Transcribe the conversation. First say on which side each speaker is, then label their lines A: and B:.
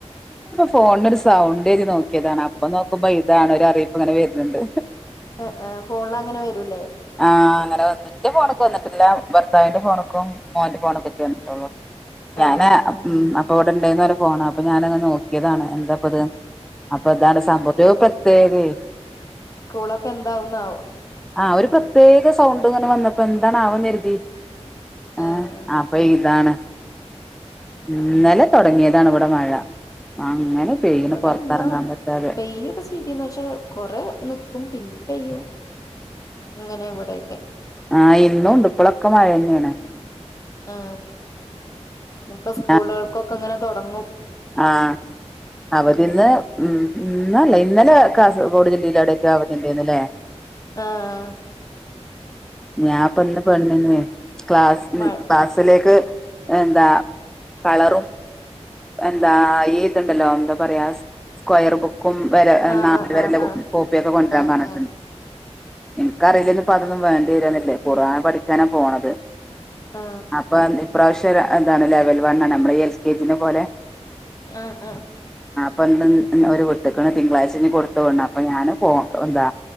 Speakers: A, in the centre; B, on the left.
A: ഫോണിന് ഒരു സൗ <unintelligible> നോക്കിയതാണ് അപ്പൊ നോക്കുമ്പോ അതാണ് ഒരു അറിയിപ്പ് ഇങ്ങനെ വര്ണ് ണ്ട്
B: ആ ആ ഫോണിലങ്ങനെ വരൂല്ലേ
A: ആ അങ്ങനെ വന്ന് ഇന്റെ ഫോൺക്ക് വന്നി ട്ടില്ല ഭർത്താവിന്റെ ഫോൺക്കും മോന്റെ ഫോണ്കൊക്കെ വന്നിട്ടൂള്ളൂ ഞാന്
B: ആഹ്
A: മ് അപ്പൊഇവിടെണ്ടേനി ഫോൺ അപ്പൊ ഞാനത് നോക്കിയതാണ് എന്താ പ്പത അപ്പൊ ഇതാ സംഭവം ഒരു പ്രത്യേകെ
B: സ്കൂളൊക്കെ എന്താവുന്നാവോ
A: ആ പ്രത്യേക സൗണ്ട് ങ്ങനെ വന്നപ്പോ എന്താണ്ന്നുകരുതി ആ
B: ആഹ്
A: അപ്പൊ ഇതാണ് ഇന്നലെ
B: ഉം
A: തൊടങ്ങിയതാണ് ഇവിടെ മഴ അങ്ങനെ പെയ്യ്ണ്
B: ഇവിടെ
A: പൊറത്തെറങ്ങാൻ
B: ഇന്ന്
A: പറ്റാതെ
B: പെയ്യൊക്കെ ചെയ്തീന്നു പക്ഷേ കൊറേ നിക്കും പിന്നിം പെയ്യും ങ്ങനെ ഇവിടെക്കെ
A: ആ ഇന്നുംണ്ട് ഇപ്പോളൊക്കെ മയന്നേണ്
B: ആ ഇന്ന്പ്പോ സ്കൂളുകൾക്കൊക്കെ
A: ആ
B: ഇങ്ങനെ തൊടങ്ങും
A: ആ അവരിന്ന്
B: ഉം
A: ഉം ഇന്നല്ലേ ഇന്നലെ കാസർഗോഡ് ജില്ലയിയില വിടെക്കെ അവധി ഇണ്ടാര്ന്ന് ല്ലേ
B: ആ ആ
A: ഞാപ്പ ന്ന്പ്പ <unintelligible> ക്ലാസ്
B: മഴ
A: ക്ലാസ്സിലേക്ക് എന്താ കളറും എന്താ ഈ തുണ്ടല്ലോ എന്താ പറയാ സ്ക്വയർ ബുക്കും വര അ
B: ആഹ്
A: നാല് വരെല്ല
B: ആഹ്
A: കോ
B: ആഹ്
A: കോപ്പി ഒക്കെ കൊണ്ടരാൻ
B: ആഹ്
A: പറഞ്ഞിട്ട്
B: ആഹ്
A: എന്ക്കറിയില്ലേര്ന്ന് ഇപ്പ അതൊന്നും വേണ്ടി വരോന്ന്ള്ളത് ഖുറാൻ പഠിക്കാനാ പോണത്
B: ആഹ്
A: അപ്പൊഴാണ് ഇപ്രാശ്യ തെര അതാണ് ലെവൽ വണ്ണാണ് നമ്മള് എൽ കെ ജിനെ പോലെ
B: ആഹ് ആഹ്.
A: പണ്ടന്ന് അന്ന് ഒരു വിട്ട്ക്കണ് തിങ്കളാഴ്ച ഇനി കൊടുത്തു വിടണം. അപ്പം ഞാന് പോ എന്താ